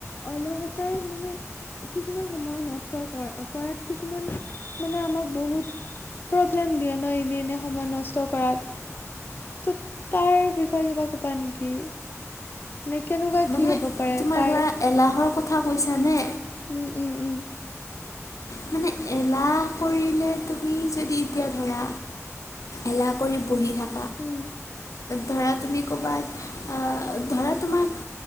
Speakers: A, on the left; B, on the left.
A: অলগতাই মানে কিছুমান সময় নষ্ট কৰা কৰাত কিছুমান মানে আমাক বহুত প্ৰব্লেম দিয়ে ন এনে এনে সময় নষ্ট কৰাত। ত' তাৰ বিষয়ে কিবা ক'বা নেকি? মানে কেনেকুৱা
B: মানে
A: কি হ'ব পাৰে
B: তোমাৰ
A: তাৰ
B: ধৰা এলাহৰ কথা কৈছানে?
A: উম, উম, উম।
B: মানে এলাহ কৰিলে তুমি যদি এতিয়া ধৰা এলাহ কৰি বহি থাক
A: উম
B: ধৰা তুমি ক'ৰবাত ধৰা তোমাক